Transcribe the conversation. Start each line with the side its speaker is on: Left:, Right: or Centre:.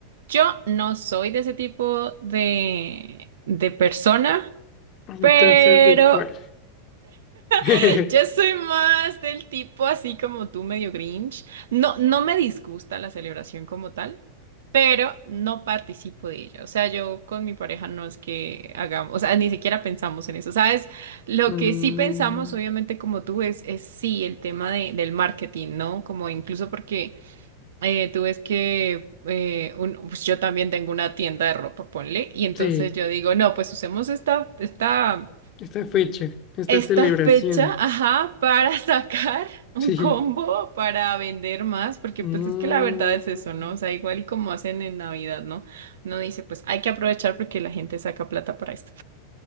Right: yo no soy de ese tipo de, de persona,
Left: Entonces,
Right: pero
Left: ¿de cuál? <laughs>
Right: <laughs> yo soy más del tipo así como tú, medio Grinch. No, no me disgusta la celebración como tal, pero no participo de ella. O sea, yo con mi pareja no es que hagamos, o sea, ni siquiera pensamos en eso. ¿Sabes? Lo
Left: Mm,
Right: que sí pensamos, obviamente, como tú, es, es sí, el tema de- del marketing, ¿no? Como incluso porque eh, tú ves que eh, un- pues yo también tengo una tienda de ropa, ponle, y entonces
Left: sí,
Right: yo digo, no, pues usemos esta, esta,
Left: esta fecha, esta
Right: esta
Left: celebración,
Right: fecha, ajá, para <laughs> sacar un
Left: <laughs>
Right: combo,
Left: sí.
Right: para vender más, porque
Left: Mm,
Right: pues es que la verdad es eso, ¿no? O sea, igual y como hacen en Navidad, ¿no? No dice, pues hay que aprovechar porque la gente saca plata para esto.